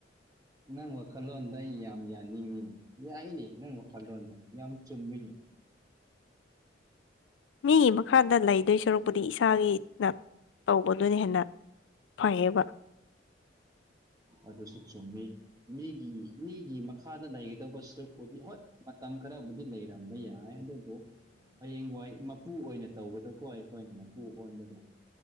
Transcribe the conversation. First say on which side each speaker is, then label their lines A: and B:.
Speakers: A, on the right (about 20°); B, on the left (about 75°).
A: ꯅꯪ ꯋꯥꯈꯜꯂꯣꯟꯗ ꯑꯩ ꯌꯥꯝ ꯌꯥꯅꯤꯡꯉꯤꯅꯦ ꯌꯥꯏꯅꯦ ꯅꯪ ꯋꯥꯈꯜꯂꯣꯟꯗꯣ ꯌꯥꯝ ꯆꯨꯝꯃꯤꯅꯦ
B: ꯃꯤꯒꯤ ꯃꯈꯥꯗ ꯂꯩꯗꯣꯏ ꯁꯔꯨꯛꯄꯨꯗꯤ ꯏꯁꯥꯒꯤꯅ ꯇꯧꯕꯗꯨꯅ ꯍꯦꯟꯅ ꯐꯩꯌꯦꯕ
A: ꯑꯗꯨꯁꯨ ꯆꯨꯝꯃꯤ ꯃꯤꯒꯤ ꯃꯤꯒꯤ ꯃꯈꯥꯗ ꯂꯩꯒꯗꯧꯕ ꯁꯔꯨꯛꯄꯨꯗꯤ ꯍꯣꯏ ꯃꯇꯝ ꯈꯔꯕꯨꯗꯤ ꯂꯩꯔꯝꯕ ꯌꯥꯏ ꯑꯗꯨ ꯔꯨꯛ ꯍꯌꯦꯡꯋꯥꯏ ꯃꯄꯨ ꯑꯣꯏꯅ ꯇꯧꯕꯗꯀꯣ ꯑꯩꯈꯣꯏꯅ ꯃꯄꯨ ꯑꯣꯟꯕꯗꯣ